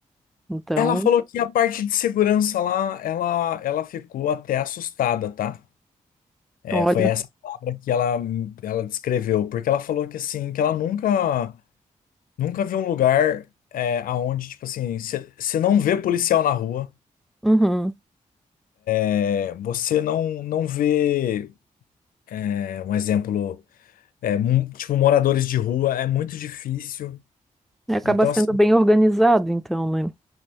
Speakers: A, in the centre; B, on the left (about 80°).
A: Então,
B: ela falou que a parte de segurança lá, ela, ela ficou até assustada, tá? É,
A: olha,
B: foi essa palavra que ela, ela descreveu, porque ela falou que assim, que ela nunca, nunca viu um lugar é, aonde, tipo assim, você não vê policial na rua,
A: uhum.
B: é, você não, não vê, é, um exemplo, é, mu- tipo, moradores de rua, é muito difícil.
A: É, Acaba
B: Então,
A: sendo
B: assim,
A: bem organizado, então, né?